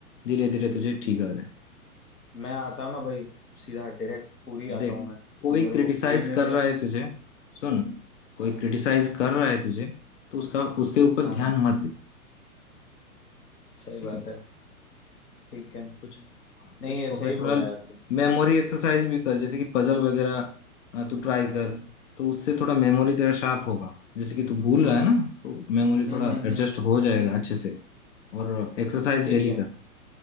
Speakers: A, on the left; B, on the left.
A: धीरे धीरे
B: हम्म।
A: तुझे ठीक आ जाए
B: मैं आता हूँ ना भाई सीधा डायरेक्ट पूरी आता
A: देख
B: हूँ मैं
A: कोई
B: तू मेरे
A: क्रिटिसाइज
B: को पूरी में
A: कर
B: मिल
A: रहा है तुझे सुन कोई
B: हम्म
A: क्रिटिसाइज कर रहा है तुझे तो उसका उसके ऊपर
B: हाँ
A: ध्यान
B: हाँ
A: मत दे
B: सही
A: ठीक
B: बात
A: है
B: है ठीक है
A: कुछ
B: नहीं
A: कुछ
B: ये
A: प्रोफेशनल
B: सही बोला यार तूने
A: मेमोरी एक्सरसाइज भी कर जैसे कि पजल वगैरह अ, तू ट्राई कर तो उससे थोड़ा मेमोरी तेरा शार्प होगा जैसे कि तू भूल रहा है ना तो मेमोरी
B: हम्म
A: थोड़ा
B: हम्म
A: एडजस्ट
B: हम्म हम्म
A: हो जाएगा अच्छे से और एक्सरसाइज
B: ठीक
A: डेली
B: है
A: कर